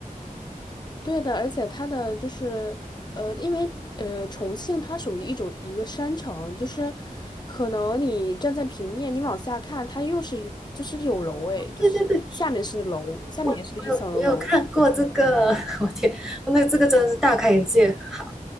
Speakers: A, on the left; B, in the centre.
A: 对的，而且它的就是，呃，因为呃重庆它属于一种一个山城，就是可能你站在平面，你往下看，它又是一就是有楼诶，就是下面是楼，
B: 对对对，
A: 下面也是一层楼。
B: 我我有我有看过这个，<laughs> 我天，那这个真的是大开眼界，好